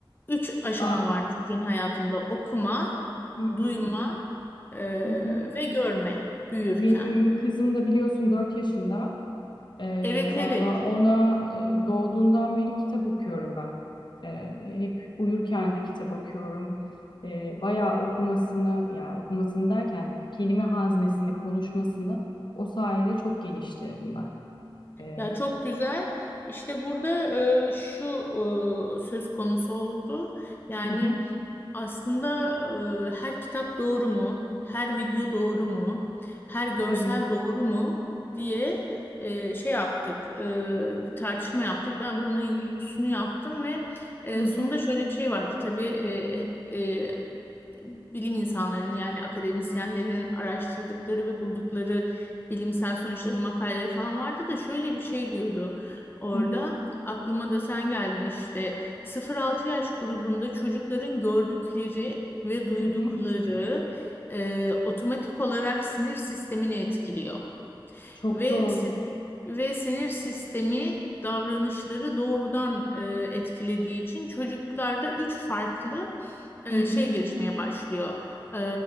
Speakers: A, on the left; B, on the left.
A: üç aşama
B: Aa,
A: var çocuğun hayatında: okuma,
B: hı hı.
A: duyma e,
B: Hı hı.
A: ve görme büyürken.
B: Benim kızım da biliyorsun 4 yaşında. Ee,
A: Evet
B: valla
A: evet.
B: ona e, doğduğundan beri kitap okuyorum ben. Ee, hep uyurken de kitap okuyorum. Ee, bayağı okumasını, yani okumasını derken kelime haznesini, konuşmasını o sayede çok geliştirdim ben. Ee,
A: Ya çok güzel. İşte burada e, şu e, söz konusu oldu. Yani
B: hı hı,
A: aslında e, her kitap doğru mu? Her video doğru mu? Her görsel
B: tabii.
A: doğru mu? diye e, şey yaptık. e, bir tartışma yaptık. Ben bununla ilgili bir sunu yaptım ve e,
B: Hı hı,
A: sunuda şöyle bir şey vardı. Tabii e, hep e, bilim insanlarının yani akademisyenlerin araştırdıkları ve buldukları bilimsel sonuçların makaleleri falan vardı da şöyle bir şey diyordu orada.
B: hı hı,
A: Aklıma da sen geldin işte 0-6 yaş grubunda çocukların gördükleri ve duydukları
B: hı hı.
A: e, otomatik olarak sinir sistemini etkiliyor.
B: Çok
A: Ve
B: doğru.
A: si- ve sinir sistemi davranışları doğrudan e, etkilediği için çocuklarda üç farklı e,
B: Hı hı.
A: şey gelişmeye başlıyor. E,